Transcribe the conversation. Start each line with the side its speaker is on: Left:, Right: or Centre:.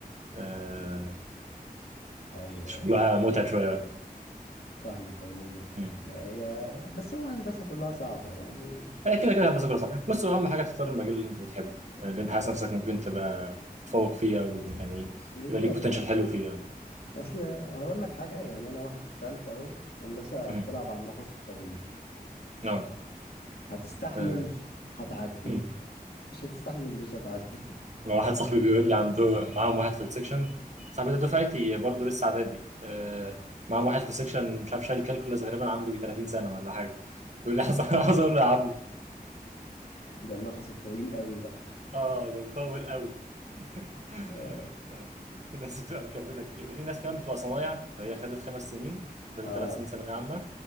Right: آه،
Left: ايوه
Right: شغلها
Left: ايوه
Right: متعب شوية
Left: فاهمك عموما
Right: مم.
Left: ما هي بس هو هندسه كلها صعبه يعني
Right: آه، كده كده هندسة كلها صعب بص هو أهم حاجة تختار المجال اللي أنت بتحبه آه، اللي أنت حاسس نفسك ممكن تبقى تتفوق فيه أو يعني
Left: بالظبط
Right: يبقى ليك بوتنشال حلو فيه يعني.
Left: اصل هقول لك حاجه يعني انا واحد في ثالثه اهو هندسه
Right: مم.
Left: بتلعب على النفس الطويل
Right: اه
Left: هتستحمل
Right: آه،
Left: هتعدي
Right: مم.
Left: مش هتستحمل مش هتعدي
Right: انا واحد صاحبي بيقول لي عنده معاهم واحد في السكشن صاحبي ده دفعتي برضه لسه اعدادي آه، معاهم
Left: <laughs>
Right: واحد في السكشن مش عارف شايل كالكولاس غالبا عنده يجي 30 سنه ولا حاجه بيقول لي <laughs> عايز عايز اقول له يا عم
Left: ده النفس الطويل قوي بقى
Right: اه ده مطول قوي <laughs>
Left: آه.
Right: آه، في ناس بتبقى مكمله كتير وفي ناس كمان بتبقى صنايع فهي خدت خمس سنين فضل
Left: اه
Right: ثلاث سنين ثانويه عامه